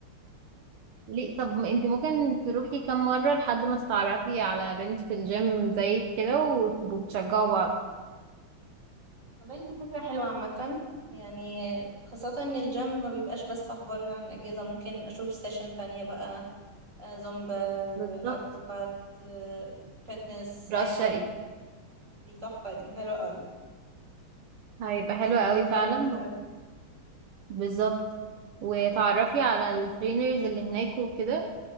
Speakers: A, on the right (about 80°); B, on the right (about 35°).
A: ليه طب ما انت ممكن تروحي كام مره لحد ما تتعرفي على بنت في الجيم زيك كده وتبقوا بتشجعوا بعض
B: والله دي فكرة حلوة عامة يعني خاصة إن الجيم ما بيبقاش بس أخبار عن أجهزة ممكن أشوف سيشن تانية بقى آه، زومبا
A: بالظبط
B: أكروبات آه، فتنس
A: راس
B: أي حاجة
A: شرقي
B: دي تحفة دي حلوة أوي
A: هيبقى حلو
B: بجد
A: قوي
B: بيغير
A: فعلا
B: المود أوي
A: بالظبط وتعرفي على الترينرز اللي هناك وكده